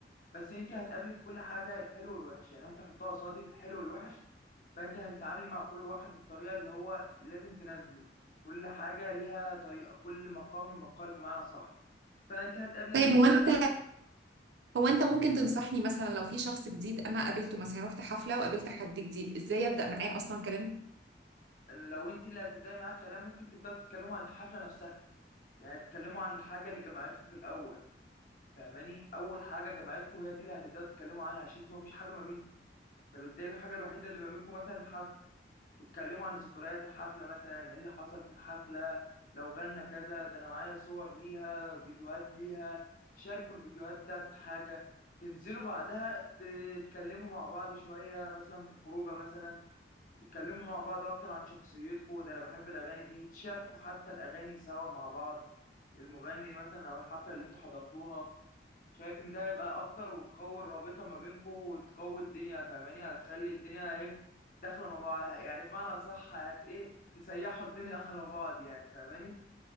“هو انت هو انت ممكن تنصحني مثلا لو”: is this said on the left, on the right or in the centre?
Right